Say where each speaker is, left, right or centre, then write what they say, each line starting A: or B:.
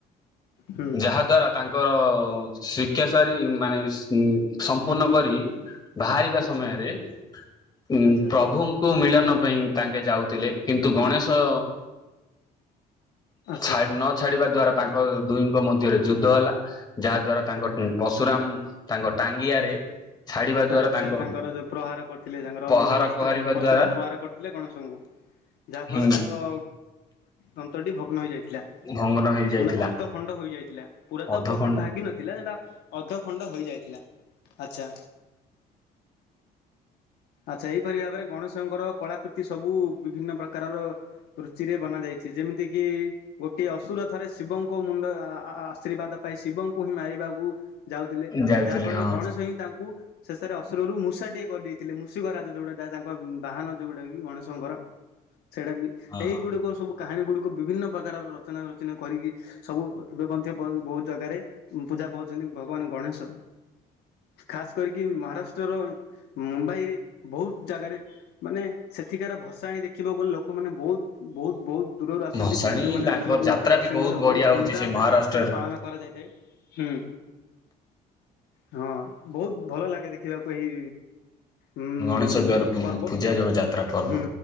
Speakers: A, on the left; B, on the left.
A: ହୁଁ
B: ଯାହା ଦ୍ଵାରା ତାଙ୍କର ଶିକ୍ଷା ସାରି ମାନେ ସମ୍ପୂର୍ଣ୍ଣ କରି ବାହାରିବା
A: ଆଚ୍ଛା
B: ସମୟରେ ଉ
A: ଆଚ୍ଛା
B: ପ୍ରଭୁ କୁ ମିଳନ ପାଇଁ ତାଙ୍କେ ଯାଉଥିଲେ କିନ୍ତୁ ଗଣେଶ
A: ଆଚ୍ଛା।
B: ଛା ନ ଛାଡିବା ଦ୍ଵାରା ତାଙ୍କ ଦୁଇଙ୍କ ମଧ୍ୟରେ ଯୁଦ୍ଧ ହେଲା ଯାହା ଦ୍ଵାରା ତାଙ୍କ ପଶୁରାମ ତାଙ୍କ ଟାଙ୍ଗିଆରେ ଛାଡିବା ଦ୍ଵାରା
A: ଆଚ୍ଛା
B: ତାଙ୍କ
A: ତାଙ୍କର ଯୋଉ ପ୍ରହାର କରିଥିଲେ ତାଙ୍କର
B: ପହାର
A: ନିଜର ଅସ୍ତ୍ରରେ
B: ପହରିବା
A: ପରଶୁରାମ
B: ଦ୍ଵାରା
A: ପ୍ରହାର କରିଥିଲେ ଗଣେଶଙ୍କୁ ଯାହା ଫଳରେ
B: ହିଁ
A: ତାଙ୍କ ଦନ୍ତଟି ଭଗ୍ନ ହୋଇଯାଇଥିଲା
B: ଭଙ୍ଗନ ହେଇଯାଇଥିଲା
A: ମାନେ ଅଧ ଖଣ୍ଡ ହୋଇଯାଇଥିଲା ପୁରା
B: ଅଧ
A: ତ ଭାଙ୍ଗି
B: ଘଣ୍ଟା
A: ନଥିଲା ସେଟା ଅଧ ଖଣ୍ଡ ହେଇଯାଇଥିଲା ଆଛା। ଆଚ୍ଛା ଏଇପରି ଭାବରେ ଗଣେଶଙ୍କର କଳାକୃତି ସବୁ ବିଭିନ୍ନ ପ୍ରକାରର ରୁଚିରେ ବନା ଯାଇଚି ଯେମିତି କି ଗୋଟିଏ ଅସୁର ଥରେ ଶିବଙ୍କ ମୁଣ୍ଡ ଆ ଆ ଆଶୀର୍ବାଦ ପାଇ ଶିବଙ୍କୁ ହିଁ ମାରିବାକୁ ଯାଉଥିଲେ
B: ଯାଉଥିଲେ
A: ଯାହା ଫଳରେ
B: ହଁ
A: ଗଣେଶ ହିଁ ତାଙ୍କୁ ଶେଷରେ ଅସୁରରୁ ମୂଷା ଟିଏ କରିଦେଇ ଥିଲେ ମୁଷିକରାଜ ଯୋଉଟା ଯାଏ ତାଙ୍କ ବାହାନ ଯୋଉଟା କି ଗଣେଶଙ୍କର ସେଇଟା ବି
B: ହଁ
A: ଏଇଗୁଡିକ ସବୁ କାହାଣୀ ଗୁଡିକ ବିଭିନ୍ନ ପ୍ରକାର ରଚନା ରଚନା କରିକି ସବୁ ଏବେ ମଧ୍ୟ ବହୁତ ଜାଗାରେ ପୂଜା ପାଉଚନ୍ତି ଭଗବାନ ଗଣେଶ ଖାସ୍ କରିକି ମହାରାଷ୍ଟ୍ରର ମୁମ୍ବାଇରେ ବହୁତ ଜାଗାରେ ମାନେ ସେଠିକାର ଭସାଣି ଦେଖ୍ ଖିବାକୁ ଗଲେ ଲୋକମାନେ ବହୁତ ବହୁତ ବହୁତ ଦୂରରୁ ଆସୁଚନ୍ତି
B: ଭସାଣି
A: ପର୍ଯ୍ୟଟକମାନେ
B: ତାଙ୍କ
A: ଦେଖିବାକୁ
B: ଯାତ୍ରା
A: ମଧ୍ୟ ଭସାଣି
B: ବି
A: କରିବାକୁ
B: ବଢିଆ
A: ବହୁତ
B: ହଉଛି
A: ଧୁମଧାମରେ
B: ସେ ମହାରାଷ୍ଟ୍ରରେ
A: ମଧ୍ୟ ପାଳନ କରାଯାଇଥାଏ ହୁଁ। ହଁ ବହୁତ ଭଲ ଲାଗେ ଦେଖିବାକୁ ଏହି ଉଁ
B: ଗଣେଶ ଦ୍ବାର ଉଁ ଯୋଉ
A: ପର୍ବ।
B: ପୂଜା ଯୋଉ ଯାତ୍ରା ପର୍ବ।
A: ହୁଁ